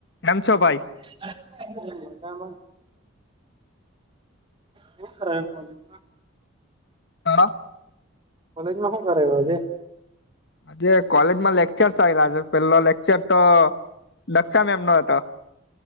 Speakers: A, on the left; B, on the right.
A: કેમ છો ભાઈ..
B: સારું ને મજા માં હું કરાયવુ કોલેજ માં
A: આરામ
B: કોલેજ મા સુ કરાયેલું આજે
A: આજે કોલેજમાં લેક્ચર આવેલા છે પેલો લેક્ચર તો દક્ષા મેમનો હતો.